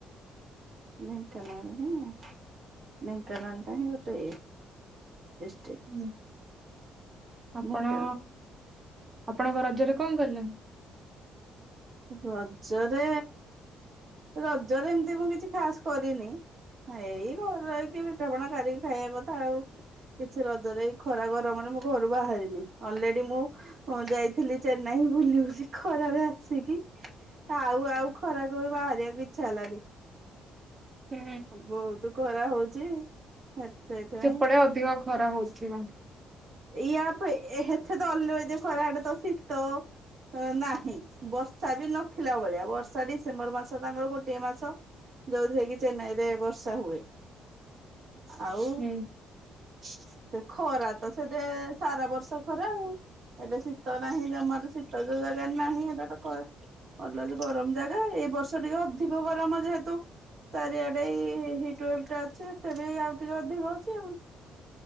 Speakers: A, on the right; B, on the right.
A: ଢ଼େଙ୍କାନାଳ ନାଇଁ ଢ଼େଙ୍କାନାଳ ଟା ହିଁ ଗୋଟେ ଡିଷ୍ଟ୍ରିକ୍ଟ।
B: ହୁଁ ଆପଣ
A: ଢେଙ୍କାନାଳ
B: ଆପଣଙ୍କ ରଜରେ କଣ କଲେ?
A: ରଜରେ ରଜରେ ଏମତି ମୁଁ କିଛି ଖାସ୍ କରିନି ଏଇ ଘରେ ରହିକି ପିଠାପଣା କରିକି ଖାଇବା କଥା ଆଉ କିଛି ରଜରେ ଖରା ଗରମରେ ମୁଁ ଘରୁ ବାହାରିନି ଅଲରେଡି ମୁଁ ଯାଇଥିଲି ଚେନ୍ନାଇ ବୁଲିିବୁଲି ଖରାରେ ଆସିଚି ଆଉ ଆଉ ଖରାକୁ ବି ବାହାରିବାକୁ ଇଚ୍ଛା ହେଲାନି।
B: ହୁଁ
A: ବହୁତ ଖରା ହଉଛି। ସେଥିପାଇଁ
B: ସେପଡେ ଅଧିକ ଖରା ହଉଛି। ଥିବ।
A: ଇୟା ଏତେ ତ ଅଲ ଖରା ହଡେ ତ ଶୀତ ନାହିଁ ବର୍ଷା ବି ନଥିଲା ଭଳିଆ ବର୍ଷା ଡିସେମ୍ବର ମାସ ତାଙ୍କର ଗୋଟିଏ ମାସ ଯୋଉଥିରେ କି ଚେନ୍ନାଇ ରେ ବର୍ଷା ହୁଏ। ଆଉ
B: ହୁଁ
A: ସେ ଖରା ସେଟେ ସାରା ବର୍ଷ ଖରା ଏଟା ଶୀତ ନାହିଁ ଜମର ଶୀତ ଯୋଉ ଜାଗାରେ ନାହିଁ ଏଟା ତ ଭଲ ଗରମ ଜାଗା ଏଇ ବର୍ଷ ଟିକେ ଅଧିକ ଗରମ ଯେହେତୁ ଚାରିଆଡେଇ ହିଟ ୱେବଟା ଅଛି ଏଟେ ବି ଆଉ ଟିକେ ଅଧିକ ଅଛି ଆଉ